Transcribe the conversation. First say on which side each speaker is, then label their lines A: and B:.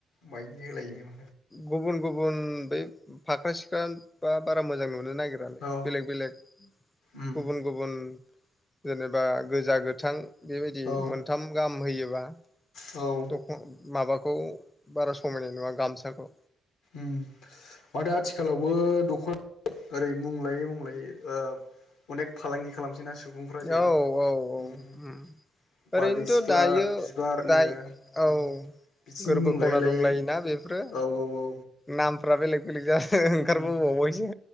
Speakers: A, on the left (about 85°); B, on the left (about 20°).
A: माइदि होलायनो
B: गुबुन गुबुन बै फाख्रा सिखरा बा बारा मोजां नो नो नागिरालाय
A: औ
B: बेलेक बेलेक
A: उम
B: गुबुन गुबुन। जेनेबा गोजा गोथां बेबायदि
A: औ
B: मोनथाम गाहाम होयोबा।
A: औ
B: दख माबाखौ बारा समायनाय नुवा गामसाखौ।
A: ओम माथो आथिखालावबो दख'ना ओरै मुंलायै मुंलायै ओ अनेक फालांगि खालाम। नो सुबुंफ्रा जेरै
B: औ औ औ
A: ओम।
B: उम ओरैनोथ'
A: बारदै सिख्ला
B: दायो
A: बिबारनो
B: दाय
A: ओम
B: औ
A: बिथिनि
B: गोरबो
A: मुं
B: खना
A: लायै लायै
B: दंलायोना बेफोरो
A: औ औ औ।
B: नामफ्रा बेलेग बेलेग जादो ओंखारबोबावबायसो
A: उम